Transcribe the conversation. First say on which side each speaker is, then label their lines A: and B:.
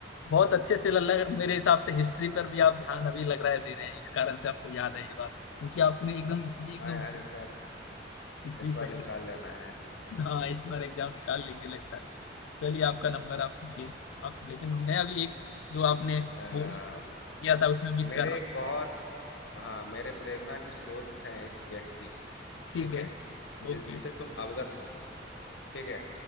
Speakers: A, on the left; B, on the left.
A: बहुत अच्छे से लग मेरे हिसाब से हिस्ट्री पर भी आप ध्यान अभी लग रहा है दे रहे हैं इस कारण से आपको याद है ये बात क्योंकि आपने एकदम इसवी एकदम
B: हाँ यार
A: सही
B: इस बार
A: इसवी
B: इस
A: सही
B: बार निकाल
A: रख-
B: लेना है
A: हाँ इस बार एग्जाम निकाल लेंगे लगता है चलिए आपका नंबर आप पूछिए आप लेकिन मैं अभी एक जो आपने
B: आ,
A: बोला किया था उसमें मिस
B: मेरे
A: कर रहा हूँ
B: एक बहुत हाँ मेरे प्रेरणा के स्रोत हैं एक व्यक्ति
A: ठीक
B: ठीक
A: है
B: है जिससे
A: ओके
B: तुम अवगत हो ठीक है